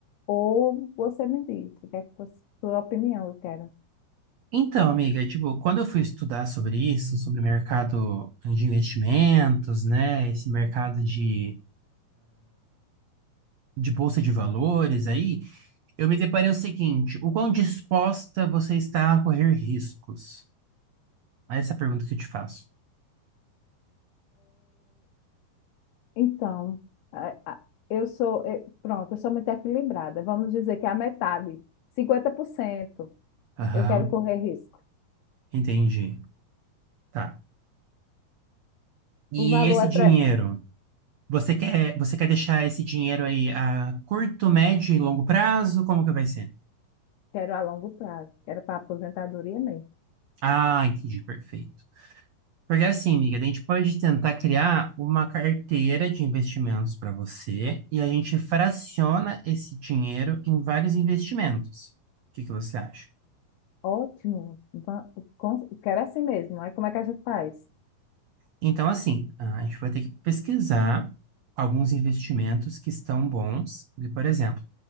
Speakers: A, on the left; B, on the right.
A: Ou você me diz, o que é que você, sua opinião eu quero.
B: Então, amiga, tipo, quando eu fui estudar sobre isso, sobre o mercado de investimentos, né, esse mercado de, de bolsa de valores aí, eu me deparei o seguinte, o quão disposta você está a correr riscos? Essa é a pergunta que eu te faço.
A: Então, a- a- eu sou, eh, pronto, eu sou muito equilibrada. Vamos dizer que é a metade, 50%
B: Aham,
A: eu quero correr risco.
B: entendi. Tá. E
A: O valor
B: esse
A: é,
B: dinheiro,
A: tre-
B: você quer, você quer deixar esse dinheiro aí a curto, médio e longo prazo? Como que vai ser?
A: quero a longo prazo, quero para aposentadoria mesmo.
B: Ah, entendi, perfeito. Porque assim, amiga, a gente pode tentar criar uma carteira de investimentos para você e a gente fraciona esse dinheiro em vários investimentos. O que que você acha?
A: Ótimo, va- com- quero assim mesmo. Aí como é que a gente faz?
B: Então, assim, a gente vai ter que pesquisar alguns investimentos que estão bons. E, por exemplo,